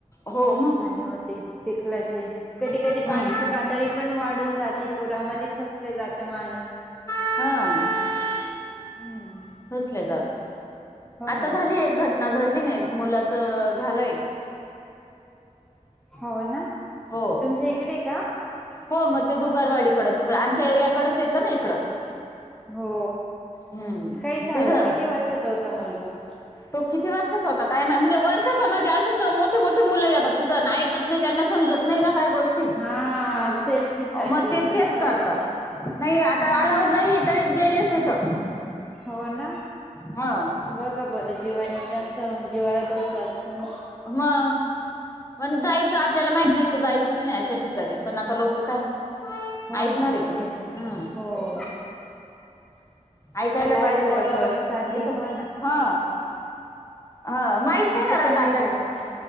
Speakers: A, on the left; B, in the centre.
A: हो मग
B: आणि होते चिखल्याचे कधी
A: हम्म
B: कधी पाण्याची पातळी पण वाढून जाते पुरामध्ये फसले जातं माणस.
A: हा
B: हम्म,
A: फसल्या जातोच.
B: हो
A: आता
B: ना
A: झाली एक घटना घडली ना एक मुलाचं झालंय.
B: हाव ना
A: हो
B: तुमच्या इकडे का?
A: हो म ते दुगरवाडीकडं तिकडं आमच्या एरियाकडेच येतं ना इकडं.
B: हो
A: हम्म
B: काय झालं
A: तिथं
B: किती वर्षाच होता मुलगा?
A: तो किती वर्षाचा होता काय माय म्हणजे वर्षाचा म्हणजे असंच मोठे-मोठे मुलं येतात तिथं ना ऐ कत नाही त्यांना समजत नाही ना काही गोष्टी
B: हा सेल्फी साठी
A: मते
B: जाता
A: तेच करतात.
B: ना.
A: नाही आता
B: हम्म.
A: अलाऊड नाहीये तरी गेलेच तिथं.
B: हो ना.
A: हां.
B: बघा बरं जीवानीत असं जीवाला धोका असतो ना.
A: मग पण जायचं आपल्याला माहित नाही तर जायचंच नाही अशा ठिकाणी पण आता लोकं काय
B: हो
A: ऐकणार
B: ना
A: आहे का
B: ते
A: हम्म.
B: हो.
A: ऐकायला
B: लाईक,
A: पाहिजे
B: फॉलोअर्स
A: तसं
B: साठी
A: जिथं
B: हो ना.
A: हा हा माहित
B: जिथं
A: ना राहत
B: नाही
A: आपल्याला
B: जायचं.